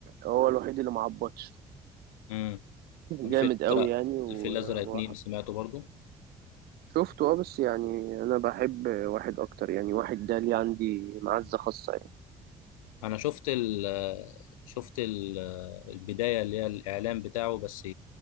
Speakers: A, on the right; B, on the left.
A: هو الوحيد اللي ما عبطش
B: امم
A: جامد
B: الفيل الازرق
A: قوي يعني و-
B: الفيل الازرق اتنين سمعته برضو
A: وشفته اه بس يعني انا بحب واحد اكتر يعني واحد ده ليه عندي معزة خاصة يعني
B: انا شفت ال شفت ال البدايه اللي هي الاعلان بتاعه بس